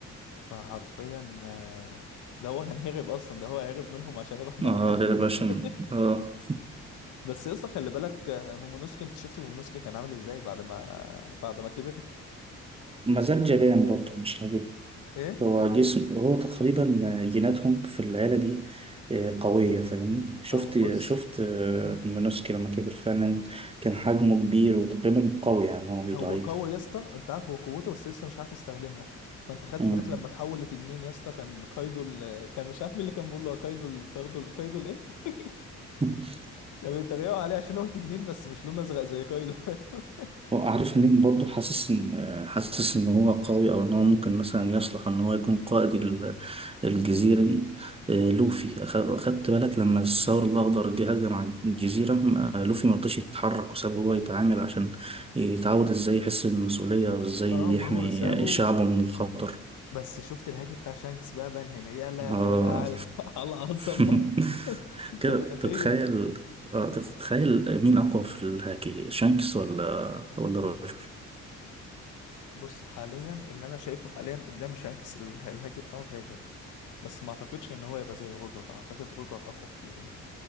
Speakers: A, on the left; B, on the right.
A: فحرفيا آه، ده هو كان هرب اصلا ده هو هرب منهم عشان يروح مع
B: اه
A: اللحيه
B: هيرباشن
A: <laughs>
B: اه
A: بس يا اسطى خلي بالك آه، مومونوسكي انت شفت مومونوسكي كان عامل ازاي بعد ما بعد ما كبر
B: مزاج جبان برضه مش راجل
A: ايه
B: هو جسم هو تقريبا جيناتهم في العيلة دي آه، قوية فاهمني شفت
A: هو بص
B: شفت آه، مونوسكي لما كبر فعلا كان حجمه كبير وتقريبا قوي يعني هو مش
A: هو
B: ضعيف
A: قوي يا اسطى انت عارف هو قوته بس لسه مش عارف يستخدمها ما انت خدت
B: مم.
A: بالك لما تحول لتنين يا اسطى كان كايدو ال... كان مش عارف مين اللي كان بيقول له كايدو ال... كايدو ال... كايدو الايه <laughs>
B: <laughs>
A: كان بيتريقوا عليه عشان هو تنين بس مش لونه ازرق زي كايدو <laughs>
B: عارف مين برضو حاسس ان حاسس ان هو قوي او ان هو ممكن مثلا يصلح ان هو يكون قائد ال- الجزيره دي آه، لوفي أخ- خدت بالك لما الثور الاخضر جه هجم على الجزيره ما- لوفي ما رضاش يتحرك وساب هو يتعامل عشان يتعود ازاي يحس بالمسؤوليه وازاي
A: اه
B: يحمي
A: ما هو سابه
B: شعبه من الخطر
A: بس شفت الهاكي بتاع شانكس بقى بان هنا يا لهوي
B: اه
A: على <laughs> على عظمه
B: <laughs>
A: <laughs> انت
B: كده
A: متخيل
B: تتخيل آه تتخيل مين اقوى في الهاكي شانكس ولا ولا روجر
A: بص حاليا اللي انا شايفه حاليا قدام شانكس ال- الهاكي بتاعه فاجر بس ما اعتقدش ان هو يبقى زي روجر اعتقد روجر اقوى كتير يعني